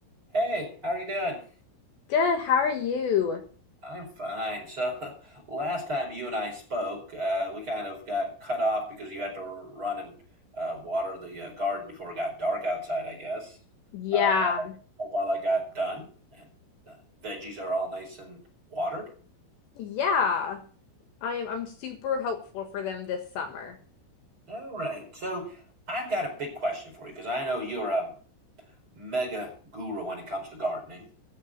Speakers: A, on the right; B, on the left.
A: Hey, how are you doing?
B: Good, how are you?
A: I'm fine. So, <laughs> last time you and I spoke, uh, we kind of got cut off because you had to run and uh, water the uh, garden before it got dark outside, I guess.
B: Yeah,
A: Uh, I hope all that got done and the veggies are all nice and watered.
B: yeah. I'm I'm super hopeful for them this summer.
A: All right. So, I've got a big question for you because I know you're a mega guru when it comes to gardening.